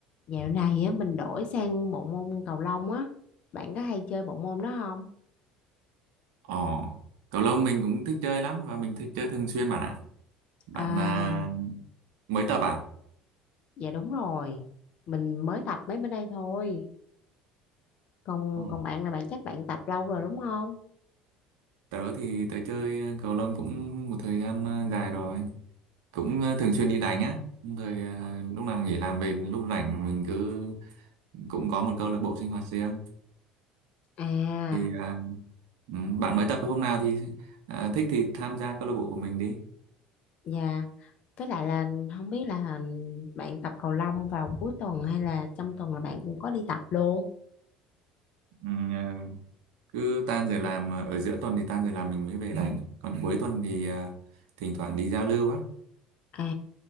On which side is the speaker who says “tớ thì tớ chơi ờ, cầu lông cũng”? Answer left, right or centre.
Right